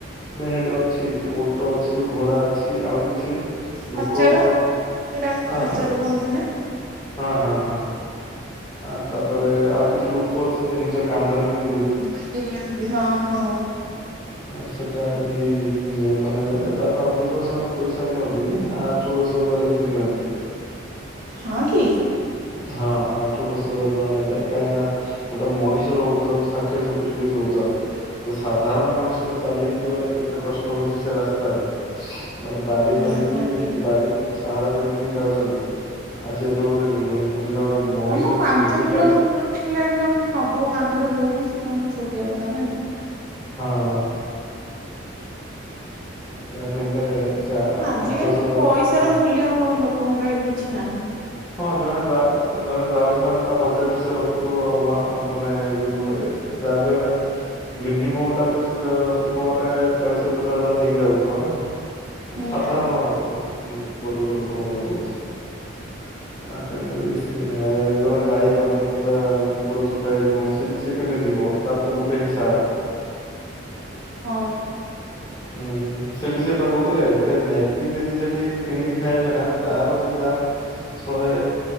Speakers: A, on the left; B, on the right.
A: ନାଇଁ ସେଠି ଅଛି ଓଟ ଅଛି, ଘୋଡା ଅଛି ଆଉ କିଛି
B: ଖଚର
A: ଲୋକ
B: ସେଇଟା ଖଚର
A: ଆଁ?
B: କହନ୍ତି ନା
A: ହଁ ହଁ ହଁ ଆ ତାପରେ ଆଉ କିଛି ଲୋକ ଅଛନ୍ତି ନିଜ କାନ୍ଧରେ ବି
B: ବୋହିକି ନିଅନ୍ତି ହଁ ହଁ।
A: ସେଟା ବି ମାନେ ତା ପାଇଁ ଅଧିକ ସେମାନେ ପଇସା ନିଅନ୍ତି ଆ ଠୁ ସାତ ହଜାର ଏମିତି ନିଅନ୍ତି।
B: ହଁ କି।
A: ହଁ ଆଠରୁ ଦଶ ହଜାର ଟଙ୍କା ନେବେ କାହିଁକି ନା ଗୋଟେ ମଣିଷର ଓଜନ ଷାଠିଏ ସତୁରି କେଜି ଓଜନ। ଗୋଟେ ସାଧାରଣ ମଣିଷ ଟା ଚାଲିକି ଯିବାଟା କେତେ କଷ୍ଟ ହଉଛି ସେ ରାସ୍ତାରେ। ମାନେ ବାଡି ଧରିକି
B: ନିହାତି
A: ବାଡିକୁ ସାହାରା କରିକି ଯାଉଚନ୍ତି। ଆସିବା ତ ଗୋଟେ ମାନେ ଜଣେ
B: ହଁ ମୁଁ ପାଞ୍ଚ
A: ସେ ନିଜେ
B: କିଲୋମିଟର
A: ତା
B: ହେଲାଣି ଜଣ ନବ କାନ୍ଧରେ ବୋହିକି ସେ କଣ ଛୋଟିଆ କଥା। ତ କଲାଣିି
A: ହଁ ତା ହେଲେ ସେ ଆ-
B: ଆଜିକାଲି
A: ଆଠ ଦଶ ହଜାର
B: ପଇସା
A: ହୁଁ।
B: ର ମୂଲ୍ୟ ହଉ ଲୋକଙ୍କ ପାଖରେ କିଛି ନାହିଁ।
A: ହଁ ଜଣେ ଜଣେ ଯାଉଛି ମାନେ ତା ବଜେଟ ରେ ସେ ରଖୁଥିବ ମାନେ ଯାହା ବିି ହେଲେ ମିନିମମ୍ ଟା ତ ସେ ଅତି କମରେ ଚାଳିଶ ର ପଚାଶ ହଜାର ନେଇକି ଯାଉଥିବ ନା? ଗୋଟେ
B: ହଁ
A: ସାଧାରଣ ଉ ବର୍ଗର ଲୋକଙ୍କ ପାଇଁ କହୁଛି। <inaudible> ଆ ତେଣୁକରି ଜଣେ ଯାଇପାରୁନି କିମ୍ବା ଗୋଡ ଛୋଟ ହେଇଛି କଣ ସେ ସେ କେମିତି ଯିବ? ତାର ତ ଗୋଟେ ହିଁ ସାହାରା।
B: ହଁ।
A: ହୁଁ ସେଠି ସେ ବା କହୁଥିଲେ ଗୋଟେ ମ୍ୟାଗି ଯଦି ସେଠି। କିଣିକି ଖାଇବେ ନା ତାର ବି ଦାମ ଶହେ